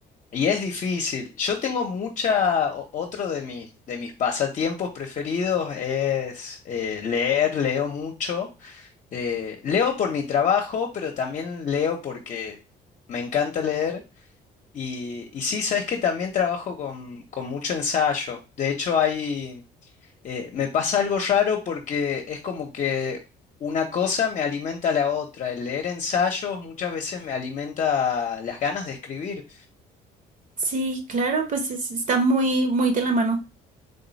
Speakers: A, on the left; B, on the right.
A: y es difícil. Yo tengo mucha, o- otro de mis, de mis pasatiempos preferidos es eh, leer, leo mucho. Eh, leo por mi trabajo, pero también leo porque me encanta leer. Y, y sí, sabes que también trabajo con, con mucho ensayo. De hecho, hay, eh, me pasa algo raro porque es como que una cosa me alimenta a la otra. El leer ensayos muchas veces me alimenta las ganas de escribir.
B: Sí, claro, pues es- está muy, muy de la mano.